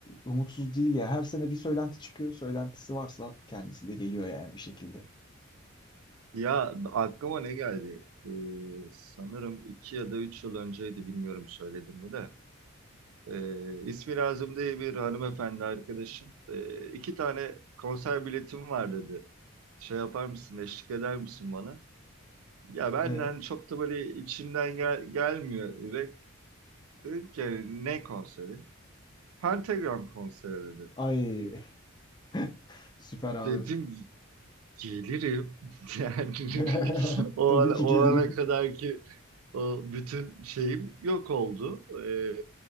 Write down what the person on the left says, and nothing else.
umutsuz değil ya. Her sene bir söylenti çıkıyor. Söylentisi varsa kendisi de geliyor yani bir şekilde.
E?
<laughs>
Ay <laughs> süper abi.
<laughs>
Tabii
ki
gelirim.